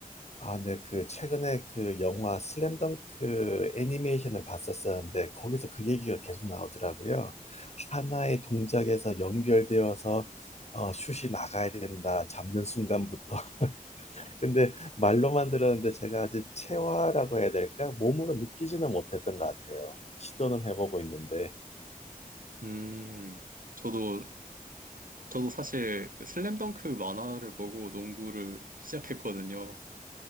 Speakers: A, on the left; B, on the right.
A: 아, 네, 그, 최근에 그 영화 슬램덩크 애니메이션을 봤었었는데, 거기서 그 얘기가 계속 나오더라고요. 하나의 동작에서 연결되어서, 어, 슛이 나가야 된다, 잡는 순간부터. <laughs> 근데 말로만 들었는데 제가 아직 체화라고 해야 될까? 몸으로 느끼지는 못했던 것 같아요. 시도는 해보고 있는데.
B: 음, 저도 저도 사실 슬램덩크 만화를 보고 농구를 시작했거든요.